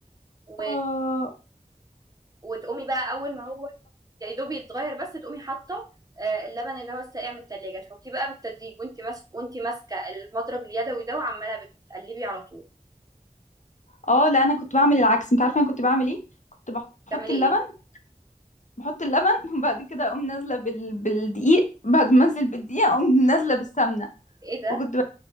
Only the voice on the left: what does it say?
آه،
اه لا انا كنت بعمل العكس انت عارفه انا كنت بعمل ايه كنت بحط
اللبن
بحط اللبن <laughs> وبعد كده اقوم نازله بال... بالدقيق بعد ما انزل بالدقيق اقوم نازله بالسمنه
فكنت ب...